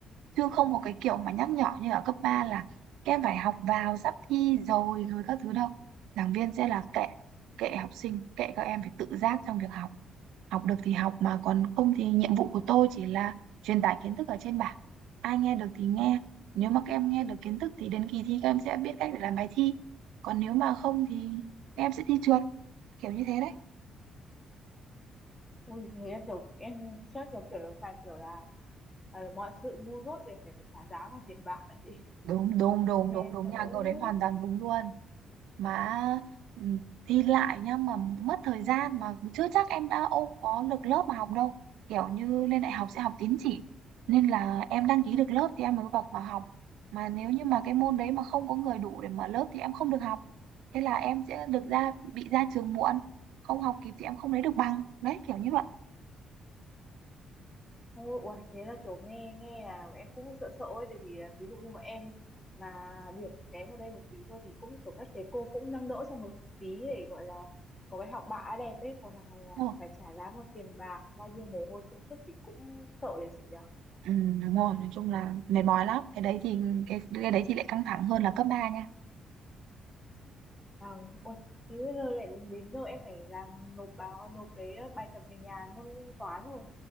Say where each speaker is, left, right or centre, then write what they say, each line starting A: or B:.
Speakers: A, on the right; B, on the left.
A: chứ không có cái kiểu mà nhắc nhở như ở cấp 3 là các em phải học vào sắp thi rồi rồi các thứ đâu giảng viên sẽ là kệ kệ học sinh kệ các em phải tự giác trong việc học học được thì học mà còn không thì nhiệm vụ của tôi chỉ là truyền tải kiến thức ở trên bảng ai nghe được thì nghe nếu mà các em nghe được kiến thức thì đến kỳ thi các em sẽ biết cách để làm bài thi còn nếu mà không thì các em sẽ thi trượt kiểu như thế đấy
B: ui thế em kiểu em chắc kiểu kiểu là phải kiểu là ờ, mọi sự ngu dốt đều phải trả giá bằng tiền bạc hả chị
A: đúng đúng
B: ui
A: đúng
B: nghe
A: đúng đúng
B: sợ
A: nhà cậu
B: đấy
A: đấy hoàn toàn đúng luôn mà ừ, thi lại nhá mà mất thời gian mà chưa chắc em đã ô có được lớp mà học đâu kiểu như lên đại học sẽ học tín chỉ nên là em đăng ký được lớp thì em mới bậc vào học mà nếu như mà cái môn đấy mà không có người đủ để mở lớp thì em không được học thế là em sẽ được ra bị ra trường muộn không học kịp thì em không lấy được bằng đấy kiểu như vậy
B: ôi ui, thế là kiểu nghe nghe là em cũng sợ sợ ấy tại vì là ví dụ như bọn em mà điểm kém ở đây một tí thôi thì cũng kiểu các thầy cô cũng nâng đỡ cho một tí để gọi là có cái học bạ đẹp ấy còn thằng này là
A: Đúng rồi
B: phải trả giá bằng tiền bạc bao nhiêu mồ hôi công sức thì cũng sợ đấy chị nhỉ
A: ừ, đúng rồi nói chung là mệt mỏi lắm cái đấy thì cái, cái đấy thì lại căng thẳng hơn là cấp ba nha
B: À, ôi, thế bây giờ lại đến, đến giờ em phải làm nộp báo nộp cái ờ, bài tập về nhà môn toán rồi.